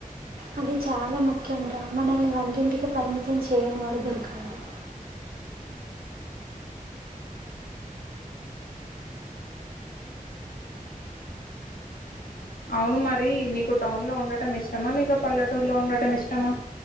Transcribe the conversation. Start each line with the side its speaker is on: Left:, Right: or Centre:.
Right: అది చాలా ముఖ్యం రా మనల్ని వంటింటికి పరిమితం చేయని వాడు దొరకాలి
Left: అవును మరి నీకు టౌన్లో ఉండటం ఇష్టమా లేక పల్లెటూరులో ఉండటం ఇష్టమా